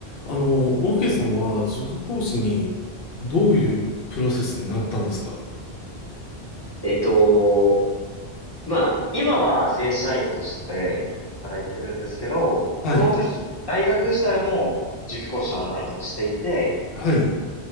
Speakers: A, on the left; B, on the left.
A: あの、オーケーさんは塾講師にどういうプロセスになったんですか
B: えっと、まあ、今は正社員として働いてるんですけど、
A: はい、
B: もともとひ大学時代も塾講師のアルバイトはしていて、
A: はい、